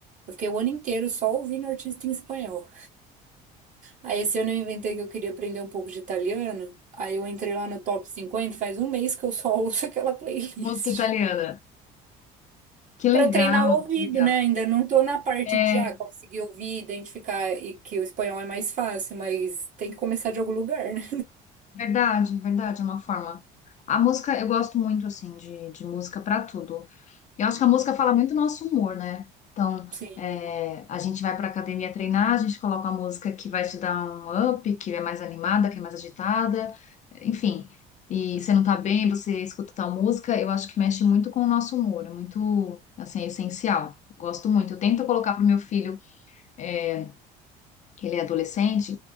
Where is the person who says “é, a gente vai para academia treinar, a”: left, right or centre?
Left